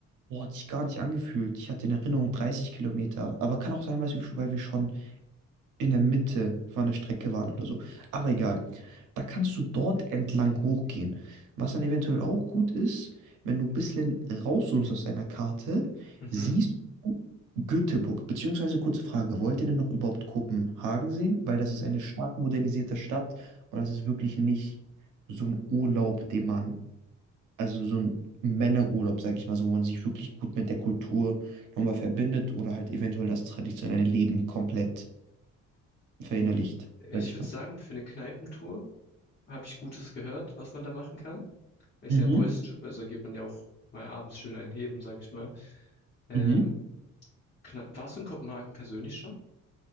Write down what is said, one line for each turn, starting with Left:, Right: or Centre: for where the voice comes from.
Right: Boah, hat sich gar nicht angefühlt. Ich hatte in Erinnerung 30 Kilometer. Aber kann auch sein, weil wir, weil wir schon in der Mitte von der Strecke waren oder so. Aber egal. Da kannst du dort entlang hochgehen. Was dann eventuell auch gut ist, wenn du ein bisschen rauszoomst aus deiner Karte,
Left: Mhm.
Right: siehst du Göteborg. Beziehungsweise kurze Frage, wollt ihr denn noch überhaupt Kopenhagen sehen? Weil das ist eine stark modernisierte Stadt und das ist wirklich nicht so ein Urlaub, den man also so ein Männerurlaub, sag ich mal, so, wo man sich wirklich gut mit der Kultur nochmal verbindet oder halt eventuell das traditionelle Leben komplett verinnerlicht,
Left: Äh, Ich
Right: sag ich
Left: würde
Right: mal.
Left: sagen, für eine Kneipentour habe ich Gutes gehört, was man da machen kann. Ist
Right: Mhm,
Left: ja ein Boys-Trip, also geht man ja auch mal abends schön einheben, sag ich mal. Ähm,
Right: mhm.
Left: Kne- warst du in Kopenhagen persönlich schon?